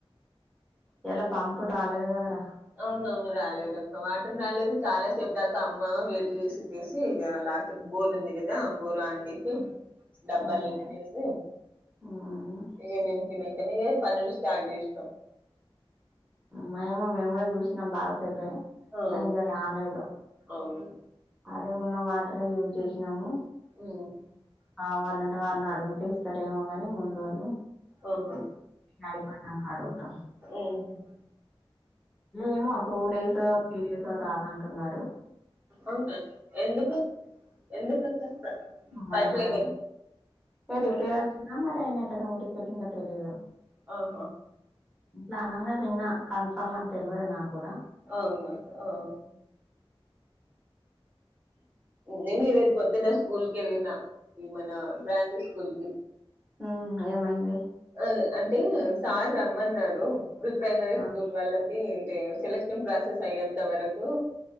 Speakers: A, in the centre; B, on the right.
A: ఈయల పాంపులు రాలే గదరా
B: అవున అవును రాలేదు అక్క వాటర్ రాలేదు చాలా సేపు దాకా అమ్మ వేర్చేసి ఇగ లాస్ట్క్ బోర్ందిగిదా బోర్ ఆన్ చేసి డబ్బాలు
A: ఉమ్,
B: నిమ్తన
A: ఉమ్,
B: ఇగ నింపి ఎమ్మటె పనిలు స్టార్ట్ చేష్
A: మేము మేము కూడా చూసినాం బాగా పో
B: ఆ
A: కానీ ఇగ రాలేదు
B: అవును
A: అదే ఉన్నవా ట్రే యూజ్ చేసినము
B: ఉమ్
A: కావాలంటే వాళ్ళు అడుగుతే ఇస్తరెమో గని ముందోల్లు
B: అవును
A: అయిపోయినన్క అడుగుతా
B: ఉమ్
A: ఏమో టూ డేస్ త్రీ డేస్ రానంటున్నారు
B: అవునా ఎందుకు ఎందుకక్క
A: మారేమన్న
B: పైప్ లేవనా ఏమన్నా
A: రిపేరిచిందో తెలియదు ఊరికే అందో తెలిదు
B: ఆహ
A: ఇట్లా అనగా విన్నా కన్ఫామ్ అని తెలవదు నాకు కూడా
B: అవున అవు నేను ఈ రేజు పొద్దున్న స్కూల్ కి వెళ్ళిన ఈ మన బ్రాంచె స్కూల్ కి
A: ఉమ్ ఏమైంది
B: ఆ, అంటే సార్ రమ్మన్నారు ప్రీ ప్రైమరీ
A: ఆ
B: స్కూల్ వాళ్ళకి అంటే సెలెక్ ప్రాసెస్ అయ్యేంత వరకు